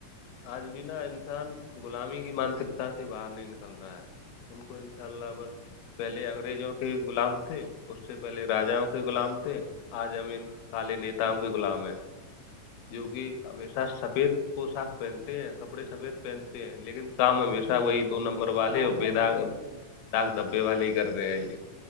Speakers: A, on the left; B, on the right.
A: آج بنا انسان غلامی کی مانسکتا سے باہر نہیں نکل رہا ہے ت کو انشاء اللہ بس پہلے انگریزوں کے غلام تھے اس سے پہلے راجاؤں کے غلام تھے آجمین کالی نیتاؤں کے غلام ہے جو کہ ہمیشہ سفید کو ساخ پہنتے ہیں کپڑے سفید پہنتے ہیں لیکن شام ہمیشہ
B: لیکن
A: وہی دو نمبر والے
B: کالے
A: اور بے
B: ہوتے
A: داغ
B: ہیں ان کے
A: داک دھبے والے ہی کرتے ہیں یہ